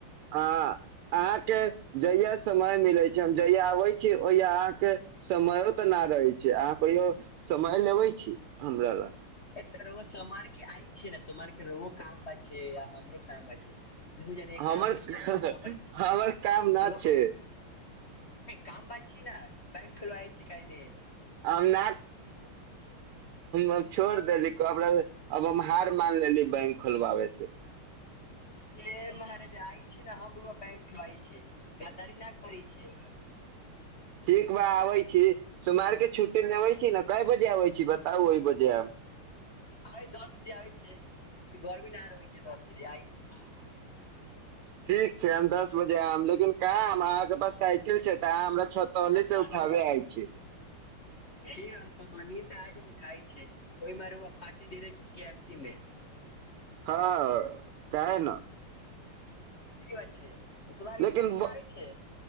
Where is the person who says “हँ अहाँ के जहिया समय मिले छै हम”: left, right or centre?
Right